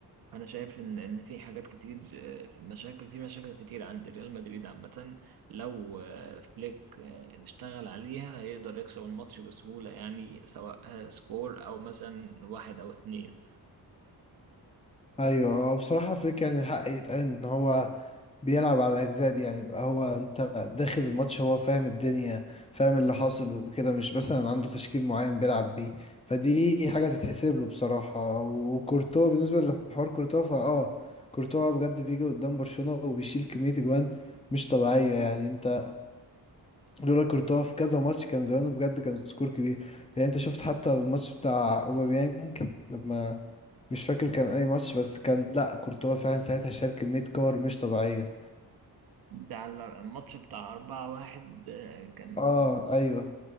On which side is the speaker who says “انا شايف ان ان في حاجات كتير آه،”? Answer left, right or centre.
Right